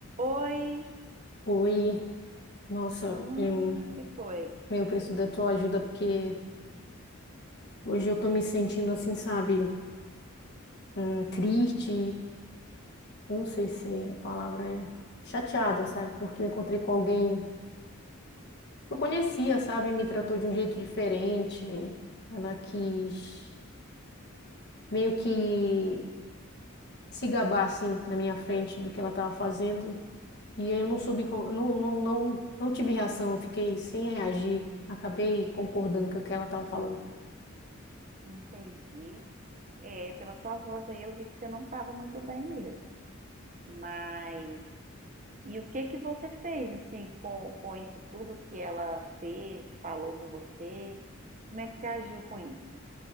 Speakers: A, on the right (about 35°); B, on the left (about 55°).
A: Oi,
B: Oi, nossa,
A: hum,
B: eu,
A: que foi?
B: eu preciso da tua ajuda porque hoje eu tô me sentindo assim, sabe, hum, triste, não sei se a palavra é chateada, sabe, porque eu encontrei com alguém que eu conhecia, sabe, me tratou de um jeito diferente, ela quis meio que se gabar, assim, na minha frente do que ela tava fazendo, e aí eu não soube, co- não, não, não, não tive reação, eu fiquei sem reagir, acabei concordando com o que ela tava falando.
A: Entendi. É, pela sua voz aí eu vi que você não estava muito bem mesmo. Mas e o que que você fez assim com, com isso tudo que ela fez, falou com você? Como é que você agiu com isso?